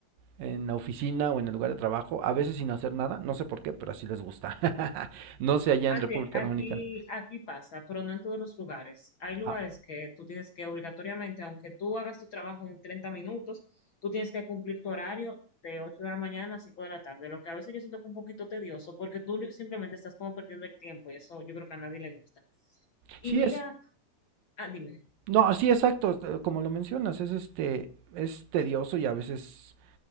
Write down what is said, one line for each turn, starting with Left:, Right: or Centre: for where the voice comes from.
Right: en la oficina o en el lugar de trabajo, a veces sin hacer nada, no sé por qué, pero así les gusta. <laughs> no sé allá
Left: Aquí,
Right: en República
Left: aquí,
Right: Dominicana.
Left: aquí pasa, pero no en todos los lugares. Hay lugares
Right: Ah,
Left: que tú tienes que obligatoriamente, aunque tú hagas tu trabajo en 30 minutos, tú tienes que cumplir tu horario de 8 de la mañana a 5 de la tarde, lo que a veces yo siento que es un poquito tedioso porque tú li- simplemente estás como perdiendo el tiempo y eso yo creo que a nadie le gusta. Y
Right: sí
Left: mira,
Right: es,
Left: ah, dime,
Right: no, sí, exacto, eh, como lo mencionas, es este, es tedioso y a veces